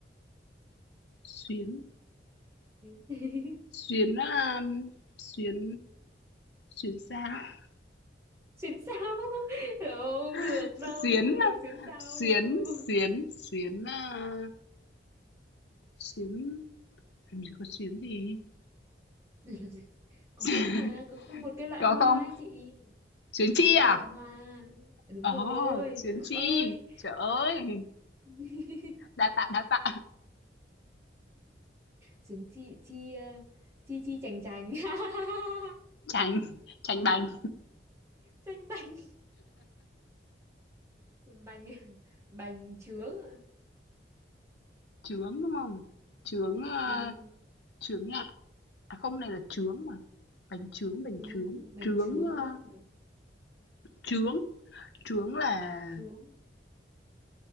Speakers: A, on the left; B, on the right.
A: xuyến,
B: xuyến. <laughs>
A: xuyến, ờ, xuyến, xuyến sao?
B: xuyến sao <laughs> không được
A: <laughs>
B: đâu
A: Xuyến,
B: không được xuyến sao
A: xuyến,
B: đâu
A: xuyến,
B: <laughs>
A: xuyến, ờ, Xuyến làm gì có xuyến gì?
B: Để làm gì có
A: <laughs>
B: mà có cái một cái loại
A: Có
B: hoa
A: không?
B: ấy chị
A: Xuyến
B: có
A: chi
B: một
A: à?
B: loại hoa đúng
A: Ồ, oh
B: rồi
A: xuyến
B: trời
A: chi.
B: ơi
A: Trời ơi,
B: <laughs>
A: đa tạ, đa tạ.
B: xuyến chi chi ờ, chi chi chành chành <laughs>
A: Tránh, tránh bánh
B: chanh bành bành bành trướng ạ.
A: Chướng đúng không? Chướng, ơ,
B: vâng
A: chướng ngại. À không, này là chướng mà. Bánh chướng, bánh
B: vâng
A: chướng.
B: bành
A: Chướng,
B: trướng
A: ơ,
B: đó bành
A: chướng. Chướng là...
B: trướng